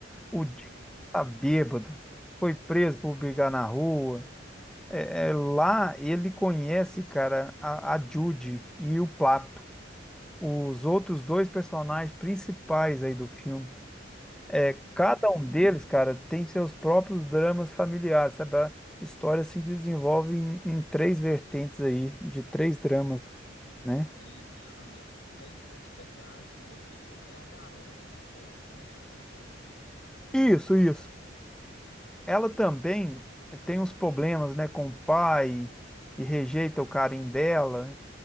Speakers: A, in the centre; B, on the left.
A: O
B: Hum,
A: Jim tá bêbado, foi preso por brigar na rua. É, é, lá ele conhece, cara, a, a Judy e o Plato. os outros dois personagens principais aí do filme. é
B: uhum.
A: Cada um deles, cara, tem seus próprios dramas familiares, sabe? A história se desenvolve em, em três vertentes aí, de três dramas,
B: É,
A: né?
B: três dramas mesmo. Mas, é tipo assim, a Jude é a garota que gosta, né? Aquele gosta.
A: Isso, isso. Ela também
B: Uhum.
A: tem uns problemas, né, com o pai, que rejeita o carinho dela.